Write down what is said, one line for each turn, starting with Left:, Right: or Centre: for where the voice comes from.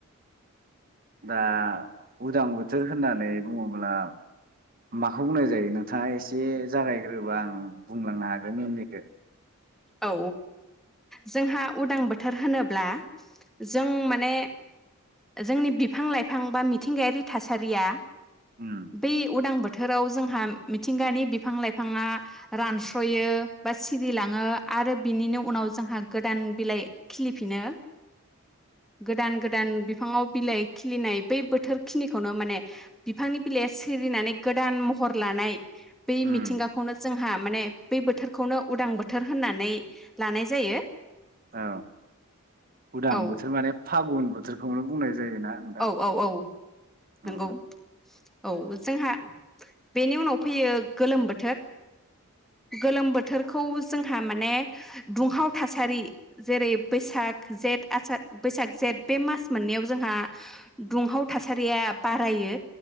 Right: दा उदां बोथोर होननानै बुङोब्ला माखौ बुंनाय जायो, नोंथाङा एसे जागायग्रोबा आं बुंलांनो हागोन उननिखौ
Centre: औ जोंहा उदां बोथोर होनोब्ला जों माने जोंनि बिफां लाइफां बा मिथिंगायारि थासारिया
Right: उम
Centre: बे उदां बो बोथोराव जोंहा मिथिंगानि बिफां लाइफाङा रानस्रयो बा सि सिरिलाङो आरो बिनिनो उनाव जोंहा गोदान बिलाइ खिलिफिनो गोदान गोदान बिफाङाव बिलाइ खिलिनाय बै बोथोर खिनिखौनो माने बिफांनि बिलाइया सिरिनानै गोदान महर लानाय, बे
Right: उम
Centre: मिथिंगाखौनो जों हा माने बे बोथोरखौनो, उदां बोथोर होननानै लानाय जायो।
Right: औ उदां
Centre: औ
Right: बोथोर माने फागुन बोथोर खौनो बुंनाय, जायोना नोंथां
Centre: औ औ औ
Right: औ
Centre: नंगौ औ जोंहा, बेनि उनाव फैयो गोलोम बोथोर गोलोम बोथोरखौ जोंहा माने दुंहाव थासारि जेरै बैसाग जेद बैसाग जेद बे मास मोननैयाव जोंहा दुंहाव थासारिया बारायो,